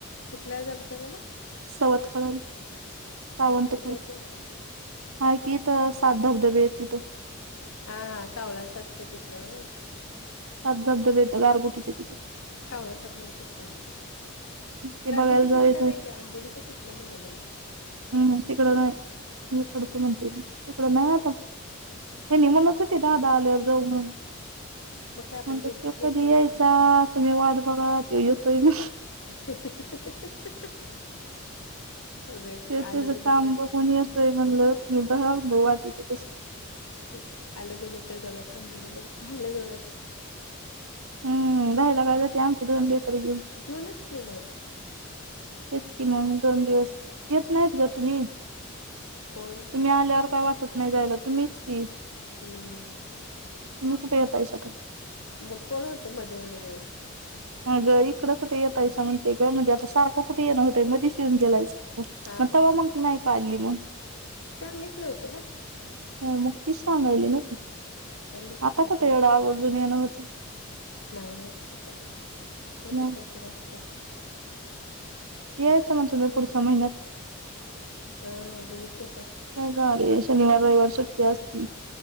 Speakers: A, on the left; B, on the right.
A: कुठल्या धबधब्याला,,
B: सवत पाड्याला सावंत
A: कुठे
B: कड
A: आहे ते
B: आहे की तीथ सात धबधबे आहेत तिथं,,
A: हा हा कावळा साचच्यां तिथं व्हय
B: सात धबधबे गारगुटीचे तिथं
A: कावळसाब म्हणतात त्याला
B: ते
A: गारगुटीच्या
B: बघायला जायचंय
A: तिथं नाही ते आंबोलीच्या तीथं,, ला म्हणायले.
B: हम् तिकडं नाय तू हिकडच म्हणते मी तिकड नाय हेनी म्हणत होते दादा आल्यावर जाऊ म्हण.
A: मग काय आपण
B: म्हणल
A: गेलतो
B: त्यो
A: की
B: कधी
A: एक वर्ष
B: यायचा तुम्ही वाट बघात त्यो येतोय म
A: <unintelligible> <unintelligible>
B: ते त्याज
A: बिलं
B: काम
A: तर
B: बघुन येतोय म्हणलं तुमी बघा म्हणल वाट इथं बसुुन.
A: तेच की आलं गेल तर जाऊयात आंबोलीला राहायला जाऊयात.
B: हम्म राहिला काय जाते आमचे दोन लेकरं घेऊन.
A: घेउनच की मग.
B: तेच कि मग दोन दिवस, येत नायत ग तुम्ही.
A: कोण?
B: तुम्ही आल्यावर काय वाटत नाय जायला तुम्हीच की.
A: हम्म.
B: तुम्ही कुठ येतायसा आता?
A: मग कोण होतं मध्ये एवढ्या दिवस?
B: आग इकडं कुठ यतायसा म्हणते गं म्हणजे आता सारखं कुठ येण होतं मधीच येउन गेलाय मग
A: हा हा
B: तेव्हा
A: तस
B: मग नाय का आली मग?
A: तेव्हा मीच नव्हते ना.
B: हम्म, मग तीच सांगायली नव ती
A: तेव्हा मी कुठे
B: आता
A: होते
B: कुठ एवढ आवर्जून येन होतय.
A: नाय होत आता कायतर
B: मग
A: कायतर असतय.
B: यायचं म्हनतो मी पुढच्या महिन्यात.
A: हां बघू की आता.
B: हाय गाडी शनिवार रविवार सुट्टी असती.